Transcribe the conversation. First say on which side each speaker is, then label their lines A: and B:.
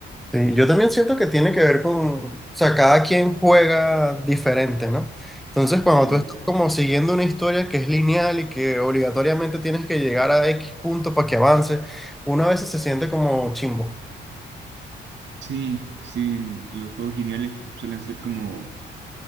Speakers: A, in the centre; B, on the right.
A: Sí, yo también siento que tiene que ver con, o sea, cada quien juega diferente, ¿no? Entonces, cuando
B: Claro.
A: tú Claro. estás como siguiendo una historia que es lineal y que obligatoriamente tienes que llegar a X punto para que avance, uno a veces se siente como chimbo.
B: Sí, sí, los juegos lineales suelen ser como,